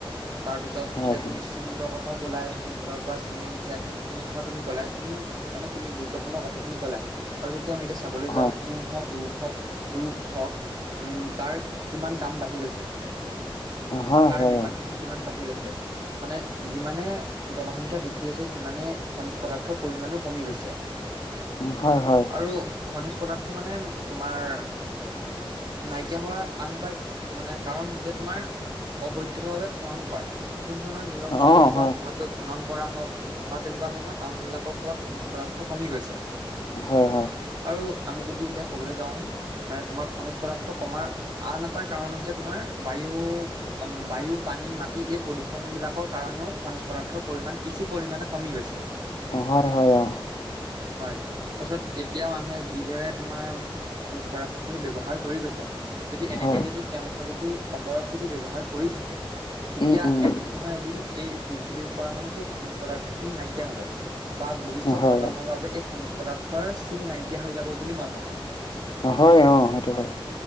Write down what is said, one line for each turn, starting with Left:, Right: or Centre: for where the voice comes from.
Right: তাৰ পিছত
Left: হয়
Right: এতিয়া
Left: হয়
Right: তুমি চিমেন্টৰ কথাও কলাই, চুনশিলৰ পৰা চিমেণ্ট সেয়া সেইখিনি কথা তুমি কলাই তুমি। মানে তুমি গুৰুত্বপূৰ্ণ কথাখিনি কলা আৰু যদি আমি এতিয়া চাবলৈ
Left: হয়
Right: যাওঁ। সোন হওক ৰূপ হক ৰূপ হওক উম তাৰ কিমান দাম বাঢ়ি গৈছে।
Left: হয়
Right: বা তাৰ
Left: হয়
Right: ডিমাণ্ড খিনি কিমান বাঢ়ি গৈছে, মানে যিমানে জনসংখ্যা বৃদ্ধি হৈছে, সিমানে খনিজ পদাৰ্থৰ পৰিমানো কমি গৈছে।
Left: অ হয় হয়
Right: আৰু খনিজ পদাৰ্থ মানে তোমাৰ নাইকিয়া হোৱাৰ আন এটা মানে কাৰণ হৈছে তোমাৰ অবৈধ ভাৱে খনন কৰা, কোনো ধৰণৰ নিয়ম বা
Left: অ
Right: তেনেকুৱা
Left: হয়
Right: নোহোৱা খনন কৰা হওঁক বা তেনেকুৱা ধৰণৰ কাৰণ বিলাকৰ ফলত খনিজ পদাৰ্থ কমি গৈছে,
Left: হয় হয়
Right: আৰু আমি যদি এতিয়া কবলৈ যাওঁ মানে তোমাৰ খনিজ পদাৰ্থ কমাৰ আন এটা কাৰণ হৈছে তোমাৰ বায়ু। বায়ু, পানী, মাটি এই প্ৰদূষণ বিলাকৰ কাৰণেও খনিজ পদাৰ্থৰ পৰিমাণ কিছু পৰিমাণে কমি গৈছে।
Left: অঁ হয় হয় অঁ
Right: হয়। তাৰপিছত এতিয়া মানুহে যিদৰে তোমাৰ খনিজ পদাৰ্থ খিনি ব্যৱহাৰ কৰি গৈছে, যদি এনেকে
Left: হয়
Right: যদি তেওঁলোকে যদি অহৰহ যদি ব্যৱহাৰ কৰি থাকে। তেতিয়া
Left: উম উম
Right: এদিন নহয় এদিন এই পৃথিৱীৰ পৰা মানে সেই খনিজ পদাৰ্থ খিনি নাইকিয়া হব, বা ভৱিষ্যত
Left: হয়
Right: প্ৰজন্মৰ বাবে এই খনিজ পদাৰ্থৰ চিন নাই কিয়া হৈ যাব বুলি মই ভাবো।
Left: অঁ হয় অঁ সেইটো হয়।